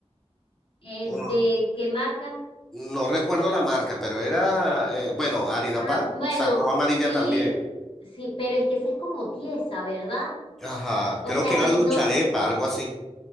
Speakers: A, on the left; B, in the centre.
A: Eh,
B: O no,
A: ¿de qué marca?
B: no recuerdo la marca, pero era, eh, bueno, harina
A: Ah,
B: pan
A: bueno,
B: sacó amarilla
A: sí,
B: también.
A: sí, pero es que esa es como tiesa, ¿verdad?
B: Ajá,
A: O
B: creo
A: sea,
B: que era lucharepa,
A: no, s-
B: algo así.